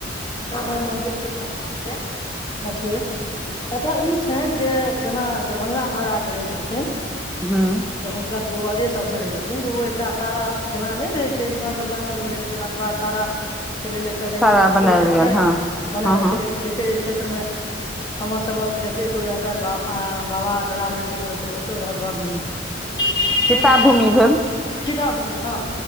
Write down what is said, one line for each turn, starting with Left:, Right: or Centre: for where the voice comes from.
Left: श्यामा माई मन्दिर के कथा छै। हँ छै। कथा ई छनि जे जेना दरभंगा महाराज रहे छलखिन।
Centre: हँ
Left: तऽ हुनकर पूर्वजे सभसँ रहै छलखिन जे ओ एकटा सारा जेना नहि रहै छै अपना सब बलामे मरि गेलाके बाद सारा के लेल एकटा जमीन
Centre: सारा बनायल
Left: लेल जाइ
Centre: गेल
Left: छै
Centre: हँ
Left: बनाल
Centre: हँ
Left: जाय छै जमीन रहै छै। जे एय क्षेत्र मे हमर सभक जते कोइ रहतै बाबा दादा जते कोइ रहतै रहब
Centre: हँ
Left: रखै छी
Centre: सीता
Left: ओ एकटा
Centre: भूमि
Left: चिप
Centre: भेल
Left: चीता भूमि हँ